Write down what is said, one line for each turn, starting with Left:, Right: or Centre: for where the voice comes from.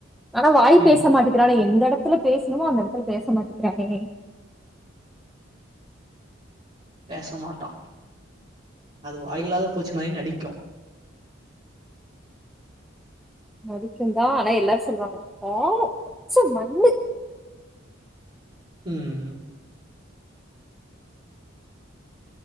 Centre: ஆனா வாய்
Right: ம்
Centre: பேச மாட்டேக்கிறானே எந்த இடத்து எந்த எடத்துல பேசணுமோ அந்த எடத்துல பேச மாட்டிக்கிறானே
Right: பேச மாட்டா அது வாயில்லாத பூச்சி மாரி நடிக்கு
Centre: நடிக்குந்தா ஆனா எல்லாரு சொல்லுவாங்க பாவ ஆ பச்ச மண்ணு
Right: ம்